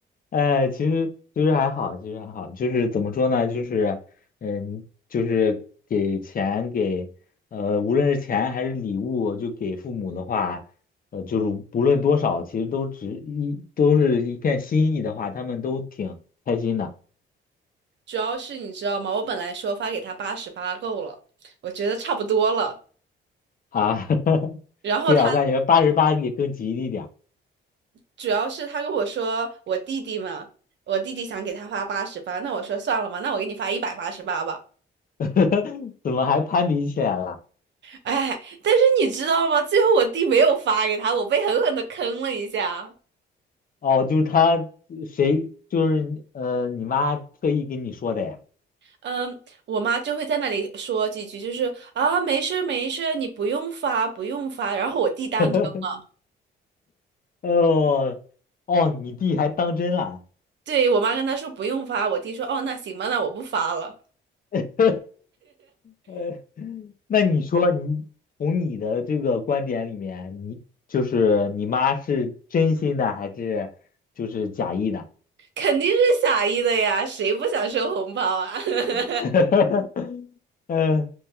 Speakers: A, on the left; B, on the right.
A: 哎，其实其实还好，其实还好，就是怎么说呢？就是嗯，就是给钱给呃，无论是钱还是礼物，就给父母的话，呃，就是不论多少，其实都只一都是一片心意的话，他们都挺开心的
B: 主要是你知道吗？我本来说发给她八十八够了，我觉得差不多了。
A: 啊。<laughs>
B: 然后他
A: 对啊，我感觉八十八也更吉利点儿。
B: 主要是他跟我说我弟弟嘛，我弟弟想给他发八十八，那我说算了吧，那我给你发一百八十八吧。
A: <laughs> 怎么还攀比起来了？
B: 哎，但是你知道吗？最后我弟没有发给他，我被狠狠的坑了一下。
A: 哦，就是他谁就是呃，你妈特意跟你说的呀？
B: 嗯，我妈就会在那里说几句，就是啊，没事儿没事儿你不用发不用发。然后我弟当真了，
A: <laughs> 哦哦，你弟还当真了？
B: 对我妈跟他说不用发，我弟说哦那行吧，那我不发了，
A: <laughs> 呃那你说你从你的这个观点里面，你就是你妈是真心的还是就是假意的？
B: 肯定是傻意的呀，谁不想收红包啊？<laughs>
A: <laughs> 嗯，